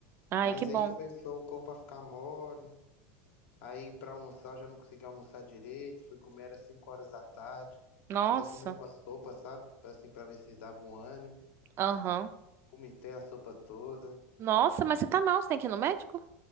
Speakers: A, on the right; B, on the left.
A: Ai,
B: Mas
A: que bom.
B: aí começou o corpo a ficar mole. Aí pra almoçar eu já não conseguia almoçar direito. Fui comer às 5 horas da tarde.
A: Nossa.
B: Até tomei uma sopa, sabe? Pra, assim, pra ver se dava um ânimo.
A: Aham.
B: Vomitei a sopa toda.
A: Nossa, mas você tá mal, você tem que ir no médico?